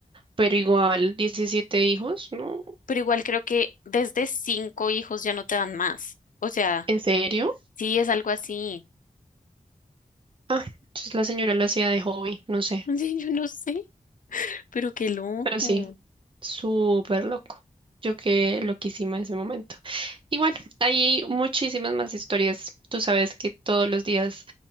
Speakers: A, on the right; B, on the left.
A: pero igual 17 hijos, ¿no?
B: pero igual creo que desde cinco hijos ya no te dan más. O sea,
A: ¿En serio?
B: sí es algo así.
A: Ah, entonces la señora lo hacía de hobby, no sé,
B: <laughs> Sí, yo no sé, pero qué loco.
A: pero sí. Súper loco. Yo quedé loquísima en ese momento. Y bueno, hay muchísimas más historias. Tú sabes que todos los días